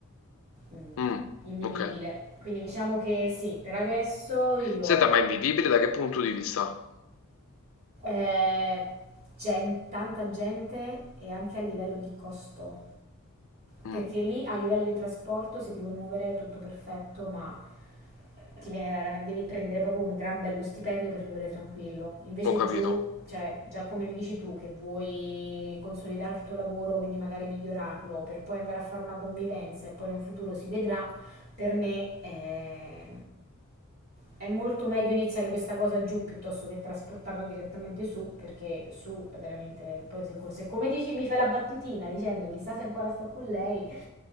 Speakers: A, on the right; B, on the left.
A: mm,
B: Mm,
A: invivibile.
B: ok.
A: Quindi diciamo che sì, per adesso io...
B: Senta, ma è invivibile da che punto di vista?
A: eh, gen- tanta gente e anche a livello di costo.
B: Mm,
A: Perché lì a livello di trasporto, se ti vuoi muovere, è tutto perfetto, ma ti viene veramente, devi prendere proprio un gran bello stipendio per vivere tranquillo. Invece
B: ho capito.
A: giù, cioè, già come mi dici tu, che vuoi consolidare il tuo lavoro, quindi magari migliorarlo, per poi andare a fare una convivenza e poi in un futuro si vedrà, per me è, è molto meglio iniziare questa cosa giù piuttosto che trasportarla direttamente su, perché su è veramente... Poi se, se come dici mi fai la battutina dicendo chissà se ancora sto con lei,